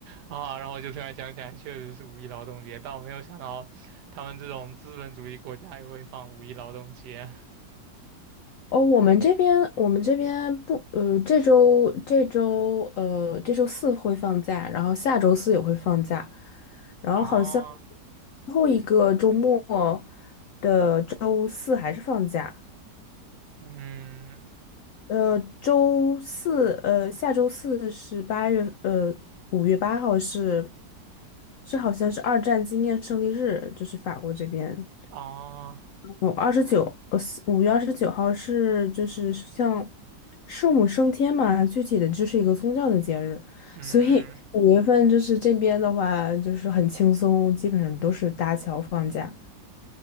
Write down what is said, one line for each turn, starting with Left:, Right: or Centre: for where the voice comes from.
Right: 啊，然后我就突然想起来，确实是五一劳动节，但我没有想到他们这种资本主义国家也会放五一劳动节。
Left: 哦，我们这边我们这边不，呃，这周这周呃这周四会放假，然后下周四也会放假，然后好像
Right: 哦，
Left: 最后一个周末的周四还是放假，
Right: <laughs> 嗯，
Left: 呃，周四呃下周四是八月呃五月八号是是好像是二战纪念胜利日，就是法国这边。
Right: 哦，
Left: 我二十九，呃，五月二十九号是就是像圣母升天嘛，具体的就是一个宗教的节日，
Right: 嗯嗯。
Left: 所以 <laughs> 五月份就是这边的话就是很轻松，基本上都是搭桥放假，